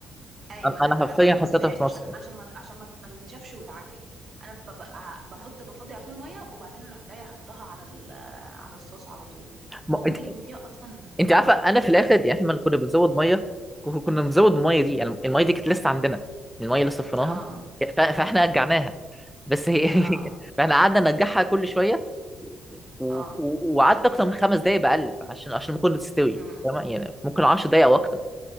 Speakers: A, on the right; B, in the centre.
A: ايوه
B: انا
A: لا
B: أنا
A: انا
B: حرفيا
A: بقى ما
B: حطيتها
A: بسيبهاش
B: في
A: عشان
B: مصر
A: عشان ما عشان ما, ما تنشفش وتعجن انا ببقى بحط بفضي على طول ميه وبعدين اروح جايه احطها على ال... على الصوص على طول
B: ما...
A: فهو ممكن
B: انت
A: يكون فيها اصلا
B: انت
A: اه
B: عارفه انا في الاخر يعني احنا لما كنا بنزود ميه كو- كنا بنزود الميه دي يعني الميه دي كانت لسه عندنا الميه اللي صفيناها
A: اه
B: ف... فاحنا رجعناها بس هي <laughs>
A: اه
B: فاحنا قعدنا نرجعها كل شويه و...
A: اه
B: و... وقعدت اكتر من خمس دقايق بقلب عشان عشان المكرونه تستوي
A: مم.
B: تمام يعني ممكن 10 دقايق او اكتر